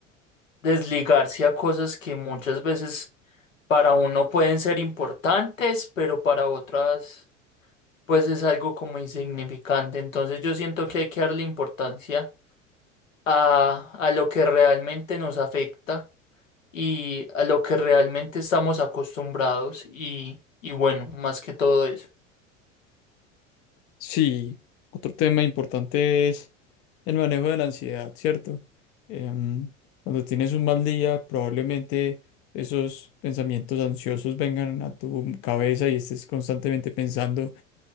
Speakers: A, on the left; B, on the left.
A: desligarse a cosas que muchas veces para uno pueden ser importantes, pero para otras pues es algo como insignificante. Entonces yo siento que hay que darle importancia a, a lo que realmente nos afecta y a lo que realmente estamos acostumbrados y, y bueno, más que todo eso.
B: Sí, otro tema importante es el manejo de la ansiedad, ¿cierto? Em, cuando tienes un mal día, probablemente esos pensamientos ansiosos vengan a tu cabeza y estés constantemente pensando.